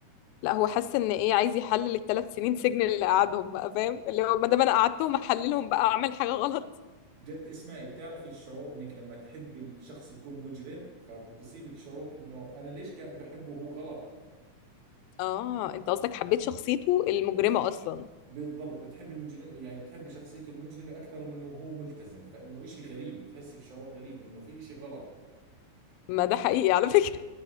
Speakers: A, on the left; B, on the right.
A: لا هو حس ان ايه عايز يحلل الثلاث سنين سجن اللي قعدهم بقى فاهم اللي هو ما دام انا قعدتهم احللهم بقى اعمل حاجة غلط
B: جد اسمعي بتعرفي الشعور انك لما تحبي الشخص يكون مجرم فبصيبك شعور انه انا ليش قاعد بحبه وهو غلط
A: اه انت قصدك حبيت شخصيته المجرمة اصلا
B: بالضبط بتحبي مجرم يعني بتحبي شخصيته المجرمة اكثر من انه هو ملتزم فانه اشي غريب بتحسي في شعور غريب انه في اشي غلط
A: ما ده حقيقي على فكرة